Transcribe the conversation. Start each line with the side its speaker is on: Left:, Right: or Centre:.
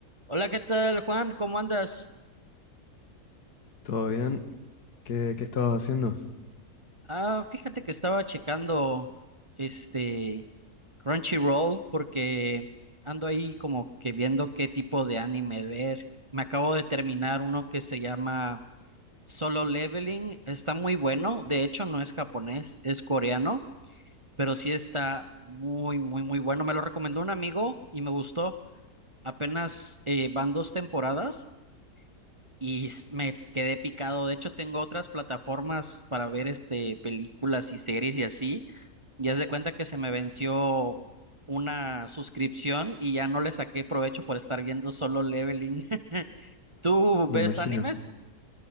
Right: Hola, ¿qué tal, Juan? ¿Cómo andas?
Left: ¿Todo bien? ¿Qué, qué estabas haciendo? <laughs>
Right: Ah, fíjate que estaba checando este Crunchyroll porque ando ahí como que viendo qué tipo de anime ver. Me acabo de terminar uno que se llama Solo Leveling. Está muy bueno. De hecho, no es japonés, es coreano, pero sí está muy, muy, muy bueno. Me lo recomendó un amigo y me gustó. Apenas eh, van dos temporadas. Y s- me quedé picado. De hecho, tengo otras plataformas para ver este películas y series y así. Y haz de cuenta que se me venció una suscripción y ya no le saqué provecho por estar viendo solo Leveling. <laughs> ¿Tú
Left: Me
Right: ves
Left: imagino.
Right: animes?